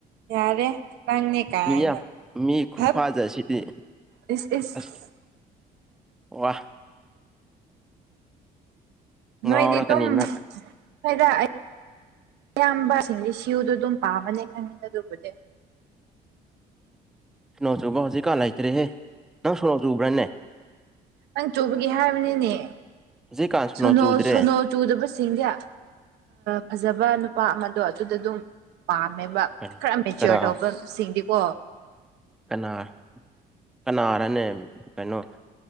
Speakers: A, on the right; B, in the centre.
A: ꯌꯥꯔꯦ ꯅꯪꯅꯦ ꯀꯥꯏꯅ
B: ꯃꯤꯌꯥꯝ ꯃꯤ ꯈꯨꯐꯥꯖꯁꯤꯗꯤ
A: ꯍꯞ ꯏꯁ ꯏꯁ
B: ꯑꯁ ꯋꯥ ꯉꯥꯎꯔꯛꯀꯅꯤ
A: ꯅꯣꯏꯗꯤ ꯗꯨꯝ
B: ꯅꯪ
A: ꯍꯣꯢꯗ ꯑꯩ ꯑꯌꯥꯝꯕ ꯁꯤꯡꯗꯤ ꯁꯤꯌꯨꯗꯣ ꯑꯗꯨꯝ ꯄꯥꯝꯕꯅꯦ ꯈꯪꯉꯦꯗ ꯑꯗꯨꯕꯨꯗꯤ
B: ꯁꯣꯅꯣ ꯆꯨꯕ ꯍꯧꯖꯤꯛꯀꯥꯟ ꯂꯩꯇ꯭ꯔꯦꯍꯦ ꯅꯪ ꯁꯣꯅꯣ ꯆꯨꯕ꯭ꯔꯥꯅꯦ
A: ꯅꯪ ꯆꯨꯕꯒꯤ ꯍꯥꯏꯕꯅꯤꯅꯦ
B: ꯍꯧꯖꯤꯛꯀꯥꯟ
A: ꯁꯣꯅꯣ
B: ꯆꯨꯗ꯭ꯔꯦ
A: ꯁꯣꯅꯣ ꯆꯨꯗꯕꯁꯤꯡꯁꯦ ꯑ ꯐꯖꯕ ꯅꯨꯄꯥ ꯑꯃꯗꯣ ꯑꯗꯨꯗ ꯑꯗꯨꯝ ꯄꯥꯝꯃꯦꯕ
B: ꯀꯅꯥ
A: ꯈꯔ ꯃꯦꯆ꯭ꯌꯨꯔ ꯇꯧꯕ ꯁꯤꯡꯗꯤꯀꯣ
B: ꯀꯅꯥ ꯀꯅꯥꯔꯅꯦ ꯀꯩꯅꯣ